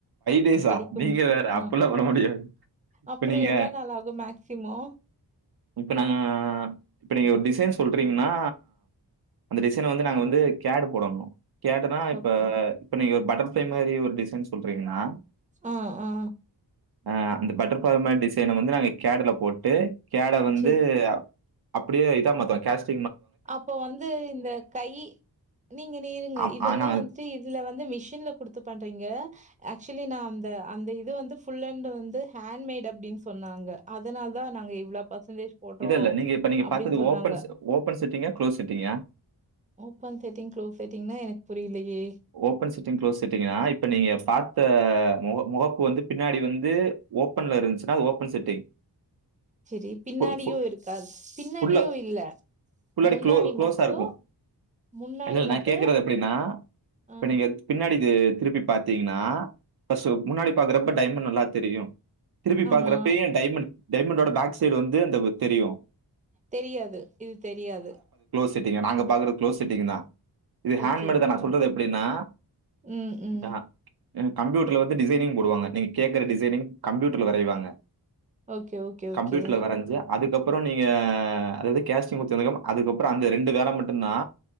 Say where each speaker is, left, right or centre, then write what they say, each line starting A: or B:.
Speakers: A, on the right; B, on the right.
A: டேஸா?
B: கிடைக்கு
A: நீங்க வேற
B: ஆ
A: அப்படிலாம் பண்ண முடியாது. இப்ப
B: அப்றோ
A: நீங்க
B: எவ்வளோ நாள் ஆகு மேக் சிமோ
A: இப்பநா இப்ப நீங்க ஒரு டிசைன் சொல்றீங்கன்னா அந்த டிசைன வந்து நாங்க வந்து கேடு போடணு கேடுனா இப்ப
B: ஓகே
A: இப்ப நீங்க ஒரு பட்டர்ஃப்ளை மாரி ஒரு டிசைன் சொல்றீங்கன்னா
B: ஆ ஆ
A: அ அந்த பட்டர்ஃபார்மேட் டிசைன வந்து நாங்க கேடுல போட்டு கேட வந்து
B: சேரி
A: அப்டியே இதா மாத்ரோ கேஸ்ட்
B: அப்போ வந்து இந்த கை நீங்க நீருங்க
A: அம்
B: இதெல்லா
A: ஆனா
B: வந்துட்டு இதுல வந்து மிஷின்ல குடுத்து பண்றீங்க ஆக்சுலி நா அந்த அந்த இது வந்து ஃபுல்லண்ட் வந்து ஹேண்ட் மேடு அப்படின்னு சொன்னாங்க அதனால தா நாங்க இவ்ளோ பர்சன்டேஜ் போட்றோ
A: இது இல்ல நீங்க இப்ப நீங்க
B: அப்டின்னு
A: பாத்தது
B: சொன்னாங்க
A: ஓபன் ஓபன் செட்டிங்கா குளோஸ் செட்டிங்கா
B: ஓபன் செட்டிங் க்ளோஸ் செட்டிங்னா எனக்கு புரியலயே
A: ஓபன் செட்டிங் க்ளோஸ் செட்டிங்னா இப்ப நீங்க பாத்த முக முகப்பு வந்து பின்னாடி வந்து ஓப்பன்ல இருந்ச்சுன்னா அது ஓபன் செட்டிங்
B: சரி பின்னாடியும்
A: ஃபு ஃபு
B: இருக்காது பின்னாடியும்
A: ஃபுல்லா
B: இல்ல
A: ஃபுல்லாடி
B: முன்னாடி
A: க்ளோ க்ளோஸா
B: மட்டு
A: இருக்கும்.
B: முன்னாடி
A: இல்ல, இல்ல.
B: மட்டு
A: நான் கேட்கறது எப்படின்னா,
B: ஆ
A: இப்ப நீங்க பின்னாடி இது திருப்பி பாத்தீங்கன்னா பஸ முன்னாடி பாக்குறப்ப டைமண்ட் நல்லா தெரியு திருப்பி
B: ஆமா
A: பாக்குறப்பேயு டைமண்ட் டைமண்டோட பேக் சைடு வந்து அந்த தெரியும்
B: தெரியாது இது தெரியாது
A: ட்டீங்க நாங்க பாக்கற க்ளோஸ் செட்டிங்தா இது ஹாண்ட்மேடுதா
B: ஓகே ஓகே
A: நா சொல்றது எப்படின்னா
B: ம் ம்
A: த எங் கம்யூட்டர்ல வந்து டிசைனிங் போடுவங்க நீங்க கேக்குற டிசைனிங் கம்யூட்டர்ல வரைவாங்க
B: ஓகே ஓகே ஓகே
A: கம்ப்யூட்டர்ல வரஞ்ச அதுக்கப்பறோ நீங்க அதாவது கேஸ்டிங் ஊத்துனதுக்கப்பறோ அந்த ரெண்டு வேல மட்டும்தா